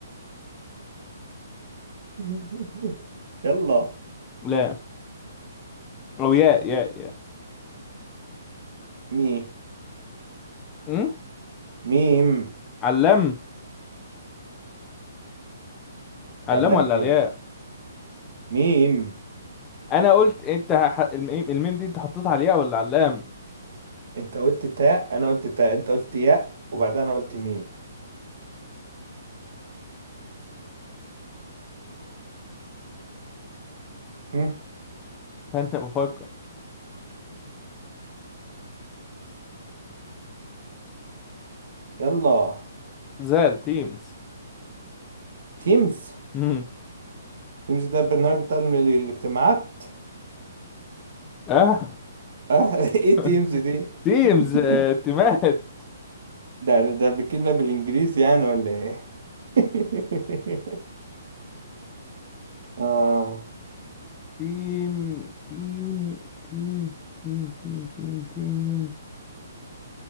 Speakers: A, on the right; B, on the left.
A: <laughs> يلا
B: لا او ياء ياء ياء
A: مي
B: أم؟
A: ميم
B: علام علام
A: علم
B: ولا
A: ايه
B: الياء
A: ميم
B: انا قلت انت ح... الميم الميم دي انت حطيتها على الياء ولا علام
A: انت قلت تاء انا قلت تاء انت قلت ياء وبعدها انا قلت ميم هم،
B: استنى بفكر
A: يلا
B: زال تيمز
A: تيمز
B: أم.
A: تيمز ده البرنامج بتاع ال- الاجتماعات
B: اه
A: اه <laughs> ايه
B: <laughs>
A: تيمز دي
B: تيمز
A: <laughs>
B: آه، تيمات <laughs>
A: ده ده بتكلمنا بالانجليزي يعني ولا ايه <laughs> اه
B: تيم تيم تيم تيم تيم تيم تيم